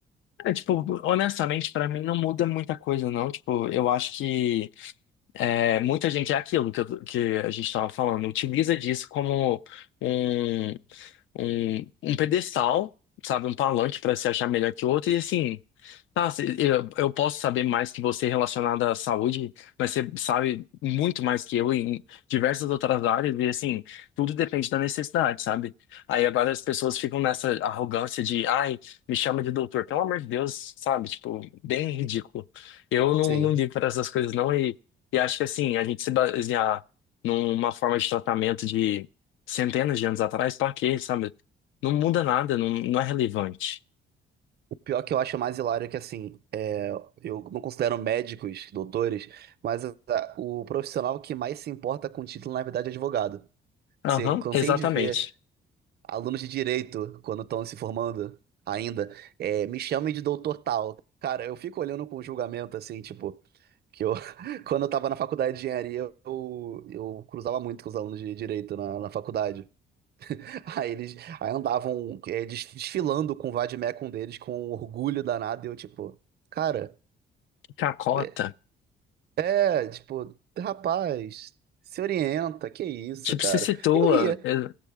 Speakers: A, on the left (about 80°); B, on the right (about 55°).
A: É, tipo, honestamente, pra mim não muda muita coisa, não. Tipo, eu acho que. É, muita gente é aquilo que, eu- que a gente estava falando, utiliza disso como um, um, um pedestal, sabe? Um palanque para se achar melhor que o outro, e assim, tá, cê- eu, eu posso saber mais que você relacionado à saúde, mas você sabe muito mais que eu em diversas outras áreas, e assim, tudo depende da necessidade, sabe? Aí agora as pessoas ficam nessa arrogância de, ai, me chama de doutor, pelo amor de Deus, sabe? Tipo, bem ridículo. Eu não,
B: Sim.
A: não ligo para essas coisas, não, e acho que assim, a gente se basear numa forma de tratamento de centenas de anos atrás, pra quê, sabe? Não muda nada, não, não é relevante.
B: O pior que eu acho mais hilário é que, assim, é, eu não considero médicos, doutores, mas a- o profissional que mais se importa com o título, na verdade, é advogado.
A: Aham,
B: Você cansei
A: exatamente.
B: de ver alunos de direito, quando estão se formando ainda, é, me chamem de doutor tal. Cara, eu fico olhando com julgamento, assim, tipo, que eu, <laughs> quando eu tava na faculdade de engenharia, eu, eu cruzava muito com os alunos de direito na, na faculdade. Aí eles aí andavam é, des- desfilando com o Vadmecum deles com um orgulho danado. E eu, tipo, cara,
A: Cacota.
B: é, é, tipo, rapaz, se orienta, que isso,
A: Tipo,
B: cara.
A: se situa.
B: Eu ria.
A: eh,